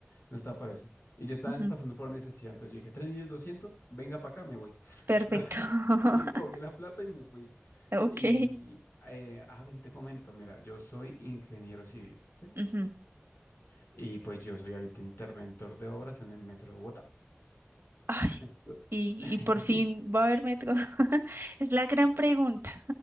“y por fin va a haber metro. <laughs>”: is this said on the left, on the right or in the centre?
Right